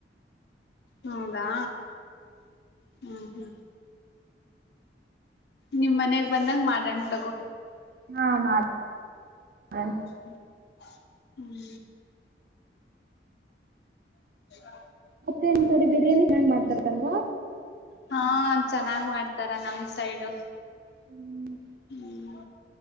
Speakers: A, on the left; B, on the right.
A: ಹೌದಾ ಹ್ಮ ಹ್ಮ ನಿಮ ಮನೆಗ್ ಬಂದಂಗ ಮಾಡಣ್ ತಗೊ.
B: <unintelligible>
A: ಹ್ ಹ್ಮ್ <unintelligible>
B: ಮತ್ತೆ ಎಂತದಿ ಬಿರಿಯಾನಿ ಹೆಂಗ್ ಮಾಡ್ತಾರ? ತ್ತಲ್ವಾ
A: ಹಾ ಚೆನ್ನಾಗ್ ಮಾಡ್ತಾರ ನಮ್ ಸೈಡು.
B: ಹ್ಮ್
A: ಹ್ಮ್